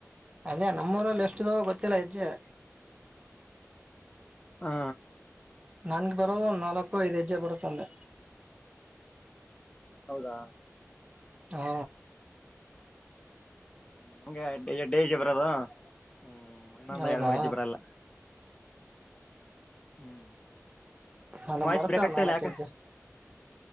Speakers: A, on the right (about 20°); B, on the left (about 20°).
A: ಅದೇ ನಮ್ಮೂಊರಲ್ಲಿ ಎಷ್ಟ್ದ ಗೊತ್ತಿಲ್ಲ ಹೆಜ್ಜೆ
B: ಹಾ
A: ನನ್ಗೆ ಬರೋದು ಒಂದ್ ನಾಲ್ಕು ಐದ್ ಹೆಜ್ಜೆ ಬರುತ್ತ ಅಂದೆ
B: ಹೌದಾ
A: ಹಾ
B: ನಮ್ಗೆ ಎಡ್ಡಜ್ಜಿ ಬರದು ಹ್ಮ ಮೈನಂದ
A: ಹೌದಾ
B: ಯಏಳ್ಮರಿ ಹೆಜಿ ಬರಲ್ಲ ಹ್ಮ್
A: ನನಗ್
B: ನಿಮ್ ವಾಯ್ಸ್
A: ಬರುತ್ತೆ
B: ಬ್ರೇಕ್
A: ಒಂದ್
B: ಆಗ್ತಾ
A: ನಾಲ್ಕು
B: ಇಲ್ಲ ಯಾಕ
A: ಹೆಜ್ಜೆ